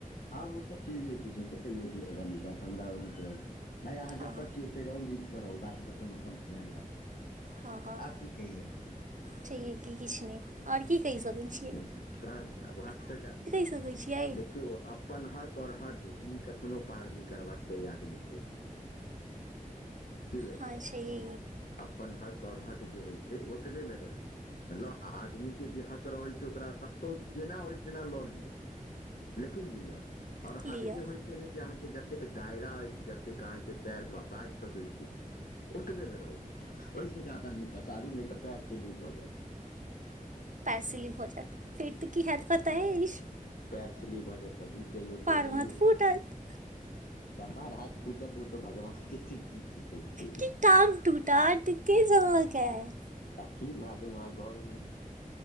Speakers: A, on the left; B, on the right.
A: हँ ओ सब चीज नहि पूछे छै कहियो हमरा भाय अहाँ
B: हँ
A: जतऽ छी तै रहू नीकसँ रहू बात खतम अपन ख्याल राखू
B: हँ हँ
A: आब की कहियै
B: छेहे की किछु नहि आओर की कहि सकै छी
A: अब हक से जा
B: सकै छियै
A: देखियौ अपन हक आओर हद ई कखनो पार नहि करबाक चाही आदमीके की बुझलियै
B: हँ छैहे
A: अपन हक आओर हद जे होइ छै ओतबेमे रहै छै मतलब आदमीके जे हक रहैत छै ओकरा कतहु जेना होय तेना लऽ लिअ लेकिन लिअ और
B: कि
A: हद
B: लिअ
A: जे होय छै ने जे आहा के जते दायरा अछिय जते अहा के पैर पसा सकै छी ओतबे बे रहू ओहिसँ ज्यदाा नहि पसारू नहि तऽ पयरसँ ली भऽ जायत
B: पैर सिलिप भऽ जायत फेर तऽ की हत पता एछ
A: पएर सलीप भऽ जायत तऽ बुझि जइयौ फेर जइयौ
B: महत फूटत
A: कपार हाथ फूटत ओ तऽ भगवान <unintelligible> की फूटे छै
B: कि टांग टूटत के जमक है
A: आब की मालूम अहाँ घरमे